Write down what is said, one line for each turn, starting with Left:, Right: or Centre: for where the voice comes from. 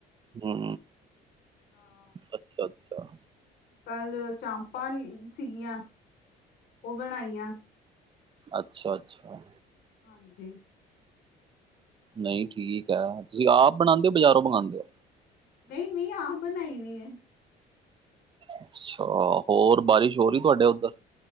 Right: ਹੂੰ।
Left: ਹਾਂ।
Right: ਅੱਛਾ, ਅੱਛਾ।
Left: ਕੱਲ ਚਾਂਪਾਂ ਸੀਗੀਆਂ, ਓ ਬਣਾਈਆਂ।
Right: ਅੱਛਾ, ਅੱਛਾ।
Left: ਹਾਂਜੀ।
Right: ਨਈ ਠੀਕੈ, ਤੁਸੀ ਆਪ ਬਣਾਦੇ ਓ ਬਜਾਰੋਂ ਮਗਾਂਦੇ ਓ?
Left: ਨਈ, ਨਈ ਆਪ ਬਣਾਈ ਦੀ ਏ।
Right: ਅੱਛਾ, ਹੋਰ
Left: ਹਾਂਜੀ।
Right: ਬਾਰਿਸ਼ ਹੋ ਰੀ ਏ ਤੋਆਡੇ ਓਧਰ?